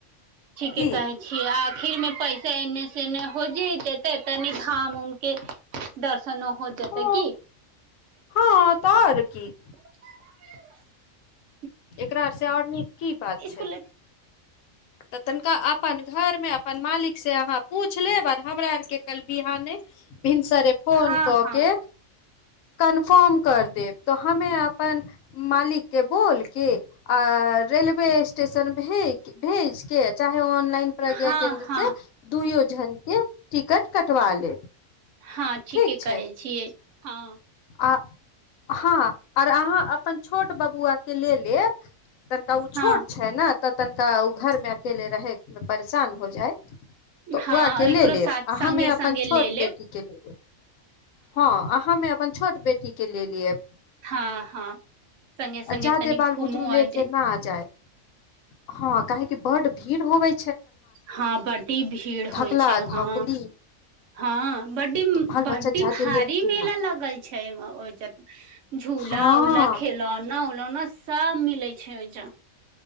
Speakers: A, on the right (about 70°); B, on the left (about 80°).
A: ठीके
B: की
A: कहै छियै आखिर। पैसा एन्ने से नहि होजी जेते। तनी हाम उमके दर्श नो हो जेतै
B: हँ
A: की?
B: हँ तऽ आओर की।
A: <unintelligible>
B: एकरा से आओर नीक की बात छै।
A: इसकुल
B: तऽ तनिका अपन घरमे अपन मालिकसँ अहाँ पूछि लेब आर हमरा आरके कल बिहाने। भीनसरे फोन
A: हँ
B: क
A: हँ
B: के। कन्फर्म कर देब तो हमे अपन मालिक के बोलके आ रेलवे स्टेशन भेज भेज के चाहे ऑनलाइन प्रज्ञा
A: हँ
B: केन्द्र
A: हँ
B: से दूयो जन के टिकट कटवा लेब।
A: हँ ठीके
B: ठीक छै
A: कहै छियै हँ।
B: आ हँ आर अहाँ अपन छोट बबुआके ले लेब। तनिका ओ
A: हँ
B: छोट छै ने। तऽ तनिका उ घर में अकेले रहे मे परेशान हो जाय। तऽ
A: हँ
B: उह के
A: एकरो
B: ले लेब
A: साथ
B: आ
A: संगे
B: हमे अपन
A: संगे
B: छोट
A: ले लेब
B: बेटी के ले लेब। हँ अहाँमे छोट बेटी के ल लेब
A: हँ हँ संगे संगे
B: जादे
A: तनी
B: बाल
A: घूमो
B: बुतरू ले
A: आयल
B: के
A: जाय
B: नहि जायब हँ काहे कि बड्ड भीड़ होबै।
A: हँ बड्डी भीड़
B: धकला
A: होइ छै।
B: धकली
A: हह हँ बड्डी
B: तऽ बाल बच्चा
A: बड्डी
B: जादे
A: भारी
B: ले के
A: मेला
B: ना
A: लगल छै। छै ओय म ओय जग। झूला
B: हँ
A: ऊला खेलौना उलौना सब मे। लै छै ओहिज।